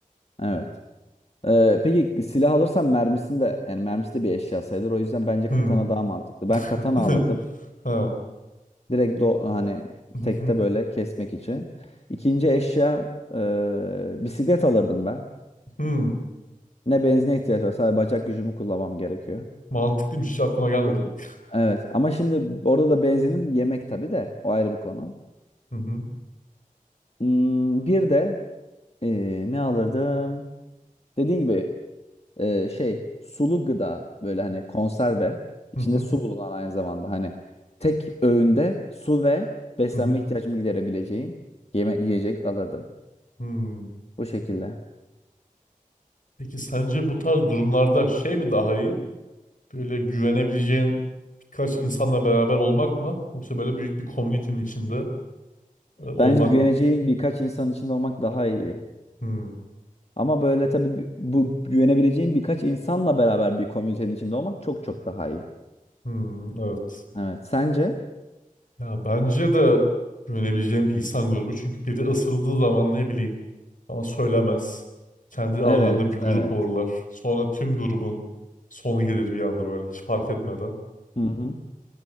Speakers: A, on the left; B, on the left.
A: evet. Ee, peki silah alırsan mermisini de yani mermisi de bir eşya sayılır. O yüzden bence
B: Hmm.
A: katana daha mantıklı.
B: <laughs>
A: Ben katana alırdım.
B: Ha.
A: Direkt do hani
B: Hı
A: tekte
B: hı.
A: böyle kesmek için. İkinci eşya e, bisiklet alırdım ben.
B: Hmm.
A: Ne benzine ihtiyaç var. Sadece bacak gücümü kullanmam gerekiyor.
B: Mantıklıymış hiç aklıma gelmedi
A: Bu-
B: bak.
A: Evet ama şimdi orada da benzinin yemek tabii de o ayrı bir konu.
B: Hı hı.
A: Hmm, bir de e, ne alırdım? Dediğin gibi e, şey sulu gıda böyle hani konserve içinde
B: Hı hı.
A: su bulunan aynı zamanda hani tek öğünde su ve beslenme
B: Hı hı.
A: ihtiyacımı giderebileceğim yeme yiyecek alırdım.
B: Hmm.
A: Bu şekilde.
B: Peki sence bu tarz durumlarda şey mi daha iyi? Böyle güvenebileceğin birkaç insanla beraber olmak mı? Yoksa böyle büyük bir komünitenin içinde e, olmak
A: Bence güveneceğin
B: mı?
A: birkaç insan içinde olmak daha iyi.
B: Hmm.
A: Ama böyle tabii bi- bu güvenebileceğin birkaç insanla beraber bir komünitenin içinde olmak çok çok daha iyi.
B: Hmm. Evet.
A: Evet. Sence?
B: Ya bence de güvenebileceğim bir insan grubu. Çünkü biri ısırıldığı zaman ne bileyim bana söylemez. Kendi
A: Evet,
B: aralarında bir grup
A: evet.
B: olurlar. Sonra tüm grubun sonu gelir bir anda böyle hiç fark etmeden.
A: Hı hı.